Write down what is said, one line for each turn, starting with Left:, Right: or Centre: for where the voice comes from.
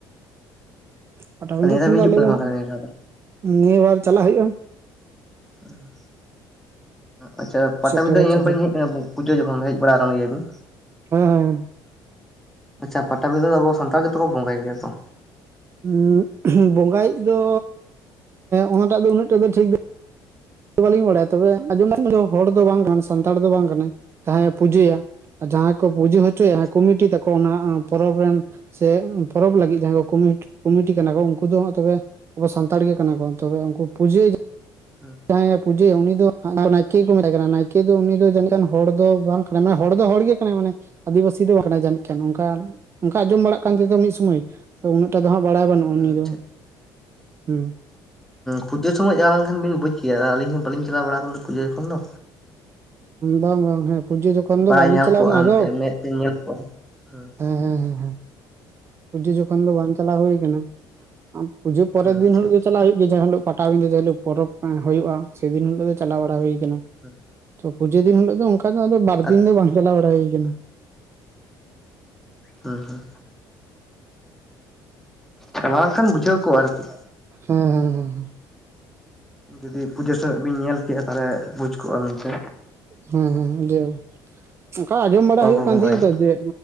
Right: ᱯᱟᱴᱟᱵᱤᱸᱫᱟᱹ
Centre: ᱚ ᱱᱤᱭᱟᱹ
Right: ᱠᱷᱚᱱ
Centre: ᱫᱷᱟᱣ ᱵᱤᱱ
Right: ᱫᱚ
Centre: ᱦᱤᱡᱩᱜ
Right: ᱟᱞᱮ
Centre: ᱠᱟᱱᱟ ᱥᱮ
Right: ᱫᱚ
Centre: ᱵᱟᱝ
Right: ᱦᱟᱸᱜ
Centre: ᱛᱟᱞᱦᱮ ᱱᱤᱭᱟᱹ ᱫᱷᱟᱣ ᱫᱚ,
Right: ᱱᱤᱭᱟᱹ ᱵᱟᱨ ᱪᱟᱞᱟᱜ ᱦᱩᱭᱩᱜ-ᱟ᱾
Centre: ᱦᱚᱸ <inaudible> ᱟᱪᱪᱷᱟ ᱯᱟᱴᱟᱵᱤᱫᱟᱹ
Right: ᱥᱮᱴᱮᱨ
Centre: ᱧᱮᱞᱵᱟᱞᱤᱧ
Right: ᱥᱮᱴᱮᱨ
Centre: ᱦᱮᱡ ᱟᱠᱟᱱᱟ ᱯᱩᱡᱟᱹ ᱡᱚᱠᱷᱚᱱ ᱫᱚ ᱦᱮᱡ ᱵᱟᱲᱟᱣ ᱠᱟᱱ ᱜᱮᱭᱟᱵᱤᱱ?
Right: ᱦᱮᱸ ᱦᱮᱸᱻᱦᱮᱸ᱾
Centre: ᱟᱪᱪᱷᱟ ᱯᱟᱛᱟᱵᱤᱫᱟᱹ ᱫᱚ ᱟᱵᱚ ᱥᱟᱱᱛᱟᱲ ᱜᱮᱛᱚᱠᱚ ᱵᱚᱸᱜᱟᱭ ᱜᱮᱭᱟ ᱛᱚ,
Right: ᱳᱢ ᱵᱚᱸᱜᱟᱭᱤᱡ ᱫᱚ ᱚᱱᱟᱴᱟᱜ ᱫᱚ ᱩᱱᱟᱹᱜ ᱴᱟ ᱫᱚ ᱴᱷᱤᱠ ᱫᱚ ᱫᱚ ᱵᱟᱹᱞᱤᱧ ᱵᱟᱲᱟᱭᱟ ᱛᱚᱵᱮ ᱟᱸᱚᱢ ᱦᱚᱲ ᱫᱚᱭ ᱵᱟᱝ ᱠᱟᱱᱟ ᱥᱟᱱᱛᱟᱲ ᱫᱚᱭ ᱵᱟᱝ ᱠᱟᱱᱟ ᱡᱟᱦᱟᱸᱭᱮ ᱯᱩᱡᱟᱹᱭᱟ᱾ ᱡᱟᱦᱟᱸᱭ ᱠᱚ ᱯᱩᱡᱟᱹ ᱦᱚᱪᱚᱭᱟ
Centre: ᱟᱪᱪᱷᱟ
Right: ᱠᱚᱢᱤᱴᱤ ᱛᱟᱠᱚ ᱚᱱᱟ ᱚ ᱯᱚᱨᱚᱵᱽ ᱨᱮᱱ, ᱥᱮ ᱯᱚᱨᱚᱵᱽ ᱞᱟᱹᱜᱤᱫ ᱡᱟᱦᱟᱸᱭ ᱠᱚ ᱠᱚᱢᱤᱴᱤ ᱠᱟᱱᱟ ᱠᱚ ᱩᱱᱠᱩ ᱫᱚ ᱦᱟᱜ ᱛᱚᱵᱮ ᱟᱵᱚ ᱥᱟᱱᱛᱟᱲ ᱜᱮ ᱠᱟᱱᱟ ᱠᱚ ᱛᱚᱵᱮ ᱩᱱᱠᱩ ᱯᱩᱡᱟᱹᱭ,
Centre: ᱦᱩᱸ
Right: ᱡᱟᱦᱟᱸᱭᱮ ᱯᱩᱡᱟᱹᱭᱟ ᱩᱱᱤ ᱫᱚ ᱱᱟᱭᱠᱮ ᱠᱚ ᱢᱮᱛᱟᱭ ᱠᱟᱱᱟ ᱱᱟᱭᱠᱮ ᱫᱚ ᱩᱱᱤ ᱫᱚ ᱡᱟᱹᱱᱤᱜ ᱦᱚᱲ ᱫᱚ ᱵᱟᱝ, ᱠᱟᱱᱟ ᱦᱚᱲ ᱫᱚ ᱦᱚᱲ ᱜᱮ ᱠᱟᱱᱟᱭ ᱢᱟᱱᱮ ᱟᱹᱫᱤᱵᱟᱹᱥᱤ ᱫᱚ ᱵᱟᱝ ᱠᱟᱱᱟᱭ ᱡᱟᱹᱱᱤᱡ ᱠᱷᱟᱱ ᱚᱱᱠᱟ ᱱᱟᱜ, ᱚᱱᱠᱟ ᱟᱸᱡᱚᱢ ᱵᱟᱲᱟᱜ ᱠᱟᱱ ᱛᱟᱦᱮ ᱫᱚ ᱢᱤᱫ ᱥᱩᱢᱚᱭ ᱟᱫᱚ ᱩᱱᱟᱹᱜ ᱴᱟᱜ ᱫᱚ ᱦᱟᱜ ᱵᱟᱲᱟᱭ ᱵᱟᱹᱱᱩᱜᱼᱟ
Centre: ᱦᱩᱸ
Right: ᱩᱱᱤ ᱫᱚ
Centre: ᱟᱪᱪᱷᱟ ᱟᱪᱪᱷᱟ᱾
Right: ᱦᱮᱸ,
Centre: ᱯᱩᱡᱟᱹ ᱥᱚᱢᱚᱭ ᱪᱟᱞᱟᱣ ᱞᱮᱢᱱᱠᱷᱟᱱ ᱵᱤᱱ ᱵᱩᱡ ᱠᱮᱭᱟ ᱟᱹᱞᱤᱧ ᱦᱚᱸ ᱵᱟᱞᱤᱧ ᱪᱟᱞᱟᱣ ᱵᱟᱲᱟ ᱟᱠᱟᱱᱟ ᱯᱩᱡᱟᱹ ᱡᱚᱠᱷᱚᱱ ᱫᱚ,
Right: ᱵᱟᱝ ᱵᱟᱝ ᱦᱮᱸ ᱯᱩᱡᱟᱹ ᱡᱚᱠᱷᱚᱱ
Centre: ᱵᱟᱲᱟᱭ
Right: ᱫᱚ ᱵᱟᱹᱞᱤᱧ
Centre: ᱧᱟᱢ
Right: ᱪᱟᱞᱟᱣ
Centre: ᱠᱚᱜᱼᱟ
Right: ᱠᱟᱱᱟ
Centre: ᱮᱱᱛᱮ
Right: ᱟᱫᱚ
Centre: ᱢᱮᱸᱫ ᱛᱮ ᱧᱮᱞ ᱠᱚᱜᱼᱟ᱾ ᱦᱩᱸ
Right: ᱦᱮᱸ ᱦᱮᱸ ᱦᱮᱸ ᱯᱩᱡᱟᱹ ᱡᱚᱠᱷᱚᱱ ᱫᱚ ᱵᱟᱝ ᱪᱟᱞᱟ ᱦᱩᱭ ᱠᱟᱱᱟ ᱟᱨ ᱯᱩᱡᱟᱹ ᱯᱚᱨᱮᱨ ᱫᱤᱱ
Centre: ᱟᱪᱪᱷᱟ
Right: ᱦᱤᱞᱳᱜ
Centre: ᱟᱪᱪᱷᱟ
Right: ᱫᱚ ᱪᱟᱞᱟᱜ ᱦᱩᱭᱩᱜ ᱡᱮ ᱡᱟᱦᱟᱸ ᱦᱤᱞᱳᱜ ᱯᱟᱴᱟ ᱵᱤᱫᱷᱟᱹ ᱡᱮ ᱦᱤᱞᱳᱜ ᱯᱚᱨᱚᱵᱽ ᱦᱩᱭᱩᱜᱼᱟ ᱥᱮ ᱫᱤᱱ ᱦᱤᱞᱳᱜ ᱫᱚ ᱪᱟᱞᱟᱣ ᱵᱟᱲᱟ ᱦᱩᱭ, ᱠᱟᱱᱟ,
Centre: ᱦᱩᱸ
Right: ᱛᱚ ᱯᱩᱡᱟᱹ ᱫᱤᱱ ᱦᱤᱞᱳᱜ ᱫᱚ ᱚᱱᱠᱟ ᱫᱚ ᱵᱟᱨ
Centre: ᱟᱨ
Right: ᱫᱤᱱ ᱫᱚ ᱵᱟᱝ ᱪᱟᱞᱟᱣ ᱵᱟᱲᱟ ᱦᱩᱭ ᱠᱟᱱᱟ᱾
Centre: ᱦᱩᱸ ᱦᱩᱸ, ᱪᱟᱞᱟᱣ ᱞᱮᱠᱷᱟᱱ ᱵᱩᱡᱷᱟᱹᱣ ᱠᱚᱜᱼᱟ ᱟᱨᱠᱤ,
Right: ᱦᱮᱸ ᱦᱮᱸ ᱦᱮᱸ᱾
Centre: ᱡᱩᱫᱤ ᱯᱩᱡᱟᱹ ᱥᱚᱢᱚᱜ ᱵᱤᱱ ᱧᱮᱞ ᱠᱮᱜᱼᱟ ᱛᱟᱦᱚᱞᱮ ᱵᱩᱡᱽ ᱠᱚᱜᱼᱟ ᱢᱮᱱᱛᱮ,
Right: ᱦᱮᱸ ᱦᱮᱸᱸ ᱡᱮ ᱚᱱᱠᱟ ᱟᱸᱡᱚᱢ ᱵᱟᱲᱟ
Centre: ᱚᱠᱚᱭ
Right: ᱦᱩᱭᱩᱜ
Centre: ᱠᱚ
Right: ᱠᱟᱱ
Centre: ᱵᱚᱸᱜᱟᱭᱟ
Right: ᱛᱚ ᱟ ᱛᱚ <unintelligible> ᱡᱮ